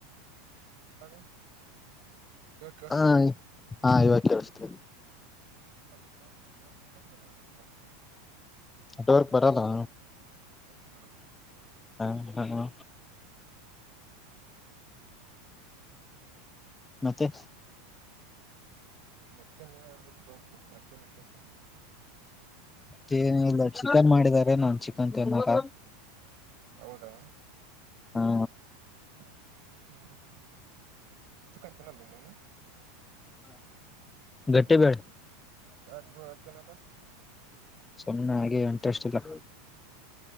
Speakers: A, on the right (about 60°); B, on the left (about 15°).
A: ಇವಾಗ ಇವಾಗ ಕೇಳಿಸ್ತಿದೆ
B: ಹಾ ಹಾ ಇವಾಗ ಕೇಳಸ್ತನೆ
A: ಅದು ಪ್ರ ಜೀವ ಸೀಮಾಯಿತಲ್ಲ ಅದಕ್ಕೆ
B: ನಟವರ್ಕ್ ಬರಲ್ಲಾ
A: <unintelligible>
B: ಹ್ಮ ಹಾ ಮತ್ತೆ
A: ಮತ್ತೆ ನೀವ ಹೇಳ್ಬೇಕು ಮತ್ತೆ ವಿಶೇಷ
B: ಮೇನಲ್ಲ ಚಿಕನ್ ಮಾಡಿದಿದ್ದಾರೆ ನಾ ಚಿಕನ್ ತಿನ್ಕ
A: ಹೌದಾ
B: ಹಾ
A: ಹ್ಮ್ ಹ್ಮ್ ಚಕ್ಕನ್ ತಿನ್ನಲ್ಲ ನೀನು
B: ಗಟ್ಟೆ ಬೇಡ
A: ಯಾಕೋ ನೀವು ತಿನ್ನಲ್ಲ
B: ಸುನೆ ಹಾಗೆ ಇಂಟ್ರೆಸ್ಟ್ ಇಲ್ಲ